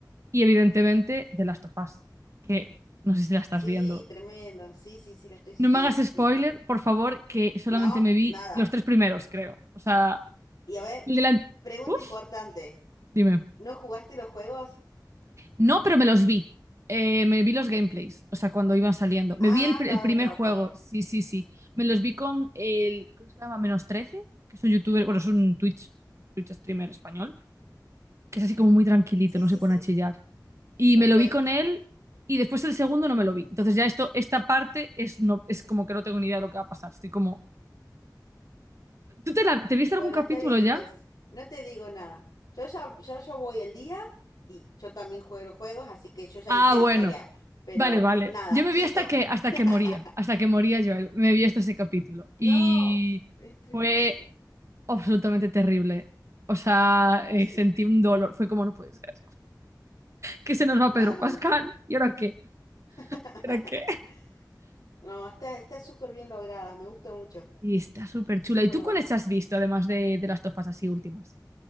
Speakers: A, on the right; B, on the left.
A: Y evidentemente de Last of Us, que no sé si la estás
B: Sí,
A: viendo.
B: tremendo. Sí, sí, sí, la estoy siguiendo.
A: No me hagas
B: Sí.
A: spoiler, por favor, que solamente
B: No,
A: me vi
B: nada.
A: los tres primeros, creo. O sea,
B: Y a ver,
A: el de la...
B: pregunta
A: Uf.
B: importante.
A: Dime.
B: ¿No jugaste los juegos?
A: No, pero me los vi. Eh, me vi los gameplays, o sea, cuando iban saliendo.
B: Ah,
A: Me vi el,
B: acá,
A: pr- el primer
B: acá,
A: juego,
B: acá, acá.
A: sí, sí, sí. Me los vi con el, ¿cómo se llama? Menos trece, que es un youtuber, bueno, es un Twitch, Twitch streamer español, que es así como muy tranquilito,
B: Sí,
A: no
B: sí,
A: se pone
B: sí,
A: a chillar. Y
B: perfecto.
A: me lo vi con él y después el segundo no me lo vi. Entonces ya esto, esta parte es, no, es como que no tengo ni idea de lo que va a pasar. Estoy como... ¿Tú te, la- te viste
B: Bueno,
A: algún capítulo
B: está bien
A: ya?
B: entonces. No te digo nada. Yo ya, yo, yo voy el día y yo también juego juegos, así que yo ya
A: Ah,
B: me sé la
A: bueno.
B: historia. Pero
A: Vale, vale.
B: nada,
A: Yo me
B: chito.
A: vi hasta que, hasta
B: <laughs>
A: que moría, hasta que moría Joel. Me vi hasta ese capítulo. Y
B: No, es tristísimo.
A: fue absolutamente terrible. O sea, eh,
B: Sí.
A: sentí un dolor. Fue como no puede ser. Que se nos va
B: No,
A: Pedro
B: no,
A: Pascal.
B: no, no.
A: ¿Y ahora qué?
B: <laughs>
A: ¿Y ahora qué?
B: No, está, está súper bien lograda, me gusta mucho.
A: Y está súper
B: Está
A: chula.
B: súper
A: ¿Y tú
B: buena.
A: cuáles has visto, además de, de las tofas así últimas?